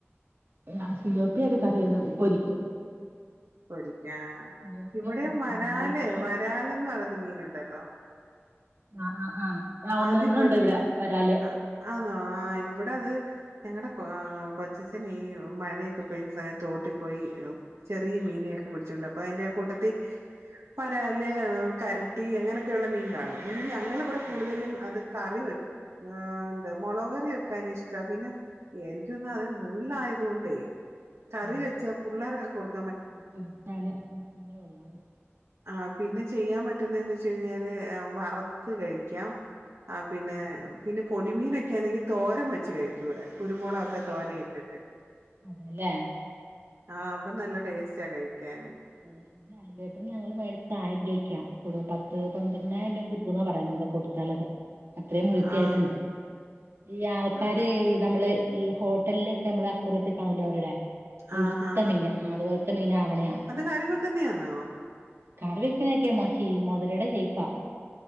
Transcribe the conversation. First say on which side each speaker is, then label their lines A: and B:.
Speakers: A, on the right (about 60°); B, on the right (about 85°).
A: <unintelligible> സിലോപ്പിയൊക്കെ കറി <unintelligible> പൊരിക്കും
B: പൊരിക്കാൻ
A: സിലോപ്പിയ
B: ഇവിടെ
A: പൊരിക്കും
B: വരാല്
A: ആലികേറ്റർ നമ്മള്
B: വരാല് എന്ന് പറയുന്ന മീന് ഒണ്ടല്ലോ?
A: ആ ആ ആ ആ ഒന്ന്
B: അതിവിടെ
A: രണ്ടെണ്ണം ഉണ്ട് ഇവിടെ വരാല്
B: ആ ആന്നോ ആ ഇവിടെ അത് ഞങ്ങടെ ആ കൊച്ഛച്ചൻ ഈ മഴയൊക്കേ പെയ്ത സമയത്ത് തോട്ടി പോയി ചെറിയ മീനെയൊക്കെ പിടിച്ചോണ്ട് വരും അതിൻ്റെ കൂട്ടത്തി വരാല് ആഹ് കരട്ടി അങ്ങനൊക്കെയിള്ള മീൻ കാണും ഞങ്ങള് ഇവിട
A: ആ
B: കൂടുതലും അത് കറി വെക്ക് ആഹ് എന്താ മൊളക് കറി വയ്ക്കാനിഷ്ടാ പിന്നെ എനിക്ക് <unintelligible> മുള്ളായത് കൊണ്ടേ കറി
A: ആ.
B: വച്ചാ പുള്ളാർക്കൊക്കെ കൊട്
A: പൊരിച്ചാല് പൊരിച്ചാല് കൊള്ളാ അത്
B: ആ പിന്നെ ചെയ്യാൻ പറ്റുന്നെന്ന് വെച്ച് കഴിഞ്ഞാല് ഏ വറുത്ത് കഴിക്ക് ക്കാം ആ പിന്നെ
A: ഉം
B: പിന്നെ പൊടി മീനൊക്കെ ആന്നെങ്കി തോരൻ വച്ച് കഴിക്കും ഇവിടെ കുരുമുളക് ഒക്കെ തോനെ ഇട്ടിട്ട്.
A: അതെല്ലേ
B: ആ അപ്പൊ നല്ല ടേസ്റ്റാ കഴിക്കാന്.
A: <inaudible> അഖിലേട്ടന് ഞങ്ങള് മേടിച്ചത് ആയിരം രൂപക്കാ <unintelligible> പ ത്ത് പന്ത്രണ്ടായിരംരൂപ കിട്ടൂന്നാ പറയുന്നെ. കൊണ്ട് കൊടുത്താലത് അത്രയും മുഴുത്തയായിട്ടെണ്ട്
B: ആ
A: ഈ ആൾക്കാരീ
B: ആഹാ
A: നമ്മള് ഈ ഹോട്ടലിലൊക്കെ നമ്മള് അക്വേറിയത്തി കാണൂല്ലേ അവരുടെ
B: ആഹാ
A: ഇടുത്ത മീൻ ആ അതുപോലത്തെ മീനാവണയാ
B: കറിവെക്കുന്നെയാന്നൊ?
A: കറി വെക്കാനൊക്കെ <unintelligible> മുതലട ശെയ്പാ